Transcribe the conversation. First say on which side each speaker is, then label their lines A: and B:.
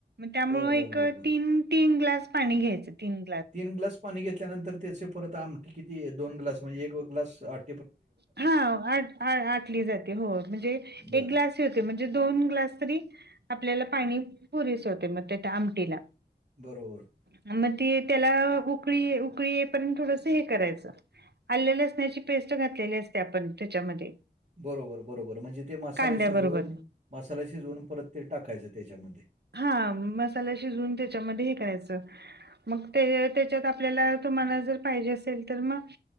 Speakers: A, on the right; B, on the right.
A: त्यामूळ
B: बर बर
A: एक
B: बर बर
A: तीन तीन ग्लास पाणी घ्यायचं तीन-
B: तीन ग्लास पाणी घेतल्यानंतर त्याचे परत आमटी किती दोन ग्लास म्हणजे एक ग्लास आट-
A: हा आ आटली जाते होय म्हणजे-
B: बर
A: तेच म्हणजे दोन ग्लास तरी आपल्याला पाणी पुरेस होते मग त्या त्या आमटीला.
B: बरोबर.
A: मग ते त्याला उकळी उकळी येई पर्यंत थोडस हे करायचं- आल्या लसण्याची पेस्ट घातलेली असते आपण त्याच्यामध्ये.
B: बरोबर बरोबर म्हणजे ते मसाला
A: कांद्याबरोबर
B: शिजवून मसाला शिजवून परत ते टाकायचं त्याच्यामध्ये.
A: हा मसाला शिजवून त्याच्यामध्ये हे करायचं. मग त्याच्या त्याच्यात आपल्याला तुम्हाला जर पाहिजे असेल तर मग